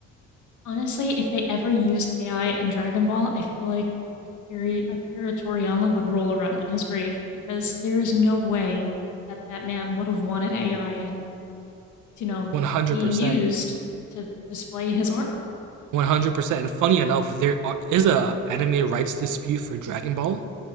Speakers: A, on the left; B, on the right.
A: Honestly, if they ever used AI in Dragon Ball, I feel like Akira, Akira Toriyama would roll around in his grave because there is no way that that man would have wanted AI, you know,
B: one hundred
A: being
B: percent,
A: used to display his artwork.
B: one hundred percent. And funny enough, there are, is a anime rights dispute for Dragon Ball